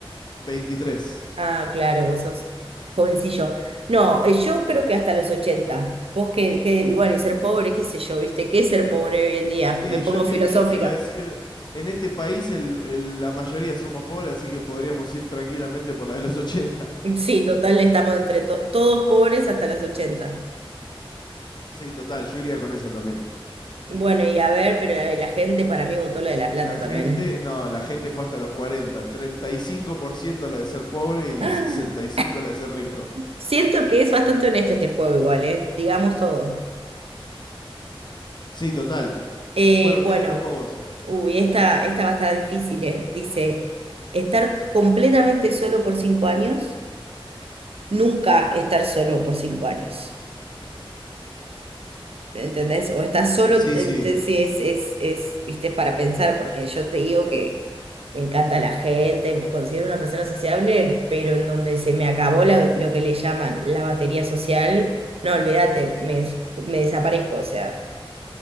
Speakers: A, on the left; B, on the right.
A: 23.
B: Ah, claro, vos sos jovencillo. No, eh, yo creo que hasta los 80. vos que, que, y bueno, y ser pobre, qué sé yo, ¿viste? ¿Qué es ser pobre hoy en día?
A: Sí,
B: Me pongo
A: yo te,
B: filosófica.
A: yo te iba a decir, en este país el- el- la mayoría somos pobres, así que podríamos ir tranquilamente por la de los 80.
B: Sí, total, estamos entre to- todos pobres hasta los 80.
A: Sí, total, yo iría con esa también.
B: Bueno, y a ver, pero la, la gente para mí votó la de La Plata
A: La gente,
B: también,
A: no, la gente fue hasta los cuarenta treinta y cinco por ciento la de ser pobre y
B: ¿eh?
A: 65%
B: <gasps>
A: la de ser rico.
B: Siento que es bastante honesto este juego igual, ¿eh? Digamos todo.
A: Sí, total.
B: Eh,
A: Bueno,
B: bueno,
A: ¿qué te tocó a vos?
B: uy, esta, esta va a estar difícil, ¿eh? Dice, estar completamente solo por cinco años, nunca estar solo por cinco años. ¿Entendés? O estás solo,
A: Sí,
B: entonces
A: sí.
B: sí, es, es, es, viste, para pensar, porque yo te digo que me encanta la gente, me considero una persona sociable, pero en donde se me acabó la- lo que le llaman la batería social, no, olvídate, me, des- me desaparezco, o sea.